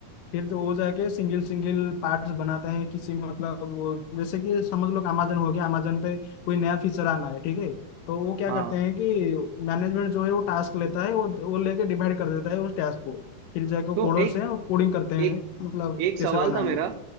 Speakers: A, on the left; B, on the right.
A: फिर तो वो जाके सिंगल सिंगल पार्ट्स बनाते हैं किसी मतलब वो जैसे कि समझ लो कि अमेजन हो गया अमेजन पे कोई नया फीचर आना है ठीक है तो वो क्या
B: हाँ
A: करते हैं कि मैनेजमेंट जो है वो टास्क लेता है वो वो लेके डिवाइड कर देता है उस टास्क को फिर जाके
B: तो
A: कोडर्स
B: एक
A: हैं वो कोडिंग करते हैं
B: एक
A: मतलब
B: एक
A: कैसे
B: सवाल
A: बनाना
B: था मेरा
A: है